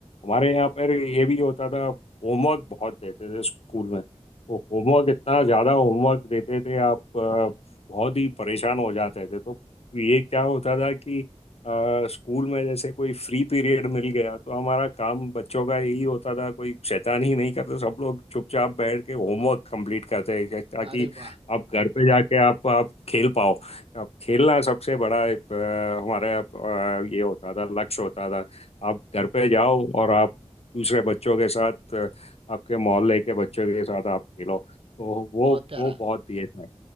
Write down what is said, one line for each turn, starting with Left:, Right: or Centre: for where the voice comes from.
Left: हमारे यहाँ पर ये भी होता था होमवर्क बहुत देते थे स्कूल में तो होमवर्क इतना ज़्यादा होमवर्क देते थे आप अ, बहुत ही परेशान हो जाते थे तो ये क्या होता था कि अ, स्कूल में जैसे कोई फ्री पीरियड मिल गया तो हमारा काम बच्चों का यही होता था कोई शैतानी नहीं करते सब लोग चुपचाप बैठ के होमवर्क कंप्लीट करते थे ताकि
Right: अरे वाह
Left: आप घर पे जाके आप आप खेल पाओ अब खेलना सबसे बड़ा एक, अ, हमारे यहाँ, अ, ये होता था लक्ष्य होता था आप घर पे जाओ और आप दूसरे बच्चों के साथ अ, आपके मोहल्ले के बच्चों के साथ आप खेलो तो वो
Right: बहुत प्यारा
Left: वो बहुत ये था